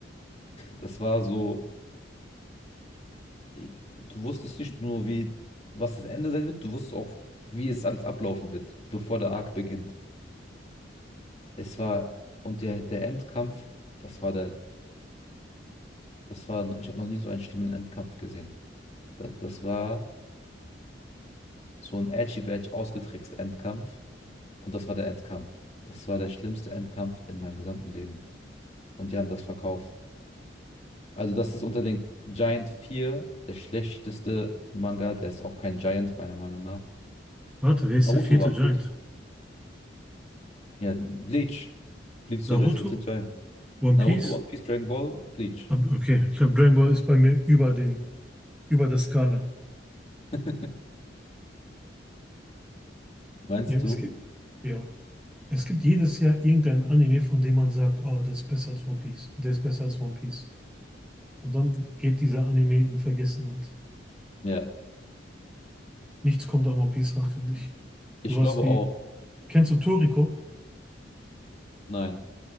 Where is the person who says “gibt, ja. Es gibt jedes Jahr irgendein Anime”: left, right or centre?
Centre